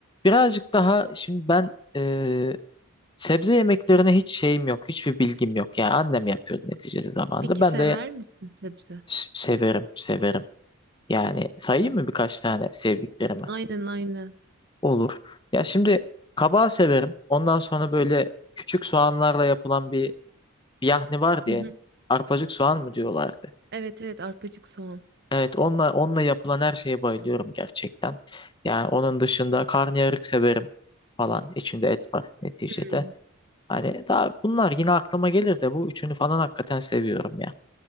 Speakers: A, on the left; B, on the right.
A: birazcık daha şimdi ben eee, sebze yemeklerine hiç şeyim yok. Hiçbir bilgim yok. Yani annem yapıyordu neticede zamanında.
B: Peki
A: Ben
B: sever
A: de
B: misin sebze?
A: s- severim, severim. Yani sayayım
B: Hmm.
A: mı birkaç tane sevdiklerimi?
B: Aynen aynen.
A: Olur. Ya şimdi kabağı severim. Ondan sonra böyle küçük soğanlarla yapılan bir bir yahni var
B: Hı
A: diye.
B: hı.
A: Arpacık soğan mı diyorlardı?
B: Evet evet arpacık soğan.
A: Evet, onunla onunla yapılan her şeye bayılıyorum gerçekten. Yani onun dışında karnıyarık severim falan. İçinde et var neticede.
B: Hmm.
A: Hani daha bunlar yine aklıma gelir de bu üçünü falan hakikaten seviyorum ya.